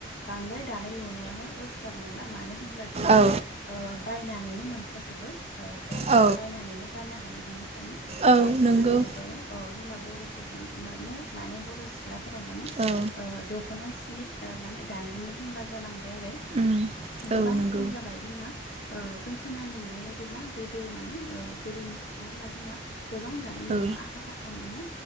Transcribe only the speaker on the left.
बांद्राय दानाय लुनायावहाय एक्सपार्ट नंला मानो होनब्ला जोंना
बायनानैनो मोनखाजोबो जेन
बायनानैनो गाननो हायो बिनिखायनो
आथिखालनि
मुगायाव औ जोंना बर' सुबुं माने बर' सि सिख्लाफोरा माने
दख'ना सि माने दानोनो रोंला जालांबाय आरो
गोबां
खम जाबाय जों जों खोनानो मोननाय बायदिब्ला गोदो माने ओ गोदोनि सिख्लाफोरा जोंना गोबां दानाय लुनायाव
आखा फाखा मोनो